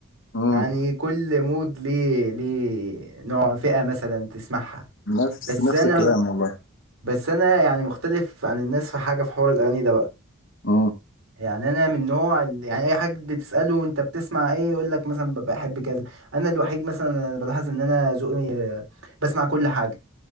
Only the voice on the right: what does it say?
يعني كل مود ليه ليه نوع فئه مثلا تسمعها
بس
انا
بس انا يعني مختلف عن الناس في حاجه في حوار الاغاني ده بقى
يعني انا من نوع ال- يعني اي حد تساله انت بتسمع ايه يقول لك مثلا ب- بحب كذا انا الوحيد مثلا انا بلاحظ ان انا ذوقي آه، بسمع كل حاجه